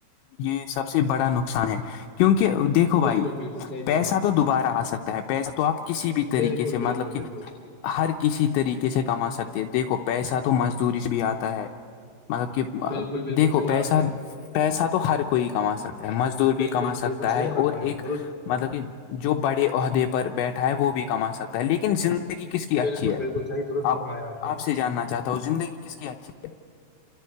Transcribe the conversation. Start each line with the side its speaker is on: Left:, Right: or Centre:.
Left: یہ سب سے بڑا نقصان ہے کیونکہ دیکھو بھائی
Right: بالکل بالکل صحیح
Left: پیسہ
Right: بولا
Left: تو دوبارہ آ سکتا ہے پیسہ تو آپ کسی بھی طریقے
Right: بالکل
Left: سے
Right: بالکل
Left: مطلب
Right: بالکل
Left: کہ ہر کسی طریقے سے کما سکتے ہے دیکھو پیسہ تو مزدوری سے بھی آتا ہے مطلب کہ
Right: بالکل بالکل
Left: دیکھو
Right: صحیح بولا
Left: پیسہ
Right: آپ نے
Left: پیسہ تو ہر کوئی کما سکتا مزدور بھی
Right: بالکل
Left: کما سکتا
Right: بالکل صحیح
Left: ہے اور
Right: فرمایا
Left: ایک
Right: درست
Left: مطلب کہ جو بڑے عہدے پر بیٹھا ہے وہ بھی کما سکتا ہے لیکن زندگی کس کی
Right: بالکل
Left: اچھی ہے
Right: بالکل صحیح درست
Left: آپ
Right: فرمایا نے
Left: آپ سے جاننا چاہتا ہوں زندگی کس کی اچھی